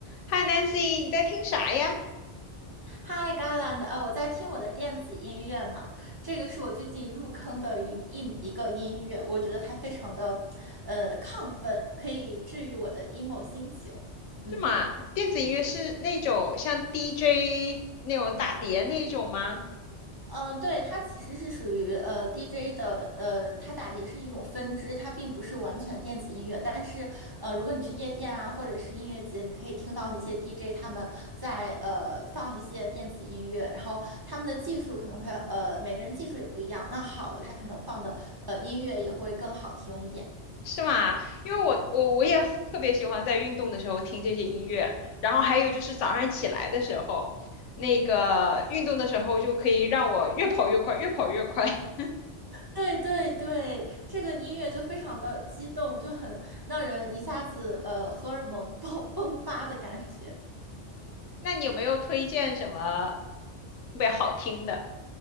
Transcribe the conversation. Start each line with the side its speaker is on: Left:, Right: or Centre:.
Left: 嗨，Nancy，你在听啥呀？
Right: Hi Garland，呃，我在听我的电子音乐呢，这个是我最近入坑的一一一个音乐，我觉得它非常的，呃，亢奋，可以治愈我的 emo 心情。嗯。
Left: 这嘛，电子音乐是那种像 DJ 那种打碟那种吗？
Right: 呃，对，它其实是属于呃 DJ 的，呃，它打碟是一种分支，它并不是完全电子音乐。但是，呃，如果你去夜店啊，或者是音乐节，你可以听到那些 DJ 他们在呃放一些电子音乐，然后他们的技术可能会呃每个人技术也不一样，那好的他可能放的呃音乐也会更好听一点。
Left: 是吗？因为我我我也特别喜欢在运动的时候听这些音乐，然后还有就是早上起来的时候，那个运动的时候就可以让我越跑越快，越跑越快。<laughs>
Right: 对对对，这个音乐就非常的激动，就很让人一下子呃荷尔蒙爆 <laughs> 迸发的感觉。
Left: 那你有没有推荐什么特别好听的？